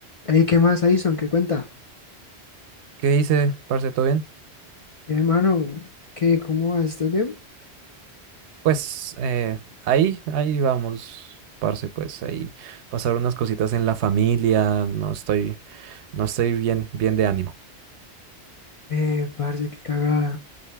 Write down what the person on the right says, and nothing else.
¿Qué dice, parce? ¿Todo bien?
Pues eh, ahí, ahí vamos, parce, pues ahí pasar unas cositas en la familia, no estoy, no estoy bien, bien de ánimo.